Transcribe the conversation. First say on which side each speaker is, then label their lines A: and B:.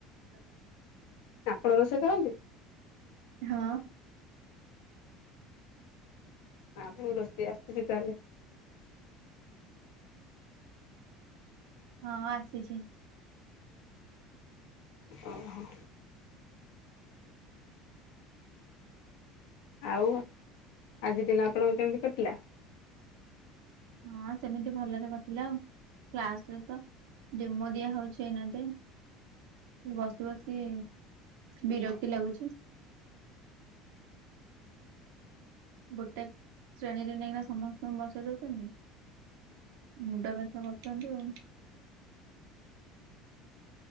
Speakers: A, on the right; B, on the left.
A: ହ
B: ଆପଣ ରୋଷେଇ କରନ୍ତି?
A: ହଁ।
B: ଆଉ ରୋଷେଇ ଆସୁଛି ତାହେଲେ।
A: ହଁ ଆସିଛି।
B: ଓହୋ। ଆଉ ଆଜି ଦିନ ଆପଣଙ୍କ କେମିତି କଟିଲା?
A: ହଁ ସେମିତି ଭଲରେ କଟିଲା ଆଉ କ୍ଲାସରେ ତ ଡେମୋ ଦିଆ ହଉଛି ଏଇନା ତ। ବସି ବସି ବିରକ୍ତି ଲାଗୁଛି। ଗୋଟେ ଶ୍ରେଣୀରେ ନେଇକିନା ସମସ୍ତଙ୍କୁ ବସେଇ ଦଉଛନ୍ତି। ମୁଣ୍ଡ ବ୍ୟଥା କରୁଛନ୍ତି ଆଉ।